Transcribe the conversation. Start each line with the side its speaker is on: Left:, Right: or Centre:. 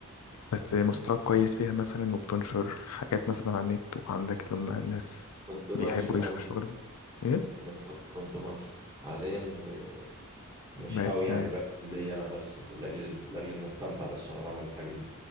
Left: بس مستواك
Right: بس
Left: كويس فيها مثلا وبتنشر حاجات مثلا على النت وعندك اللي هم الناس
Right: كنت بنشر
Left: بيحبوا يشوفوا
Right: أو
Left: شغل إيه؟
Right: من فترة كنت بنشر حاليا آه، مش
Left: بقت
Right: قوي يعني برسم ليا أنا بس لأجل لأجل إن أستمتع بس وأنا بعمل الحاجة دي